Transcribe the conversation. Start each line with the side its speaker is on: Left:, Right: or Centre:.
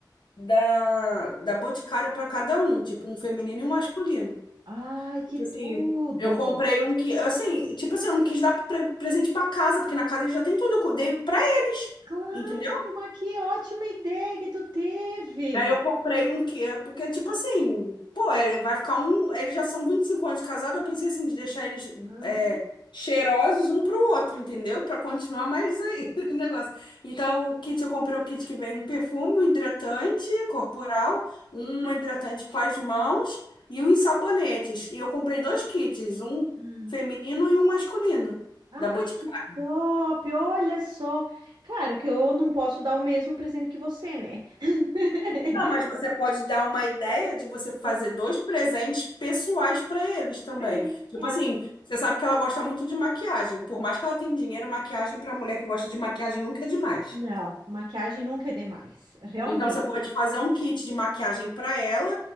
Left: da, da Boticário para cada um, tipo um feminino e um masculino.
Right: Ai, que
Left: Tipo
Right: tudo!
Left: assim, eu comprei um que, assim, tipo assim, eu não quis dar pre- presente para casa, porque na casa eles já têm tudo, eu dei para eles,
Right: Claro,
Left: entendeu?
Right: mas que ótima ideia que tu teve!
Left: Aí eu comprei um que, é, porque, tipo assim, pô, ele vai ficar um. Eles já são 25 anos de casado, eu pensei assim, de deixar eles
Right: Aham.
Left: é, cheirosos um pro outro, entendeu? Pra continuar mais aí <laughs> o negócio. Então, o kit, eu comprei um kit que vem um perfume, um hidratante corporal, um hidratante para as mãos e uns sabonetes. E eu comprei dois kits, um
Right: Ah,
Left: feminino e um masculino,
Right: Ai,
Left: da Boticário.
Right: que top! Olha só. Claro que eu não posso dar o mesmo presente que você, né? <laughs>
Left: Ah, mas você pode dar uma ideia de você fazer
Right: Mas
Left: dois presentes pessoais para eles também.
Right: é,
Left: Tipo
Right: é.
Left: assim, você sabe que ela gosta muito de maquiagem. Por mais que ela tenha dinheiro, maquiagem para mulher que gosta de maquiagem nunca é demais.
Right: Não, maquiagem nunca é demais, realmente.
Left: Então você pode fazer um kit de maquiagem para ela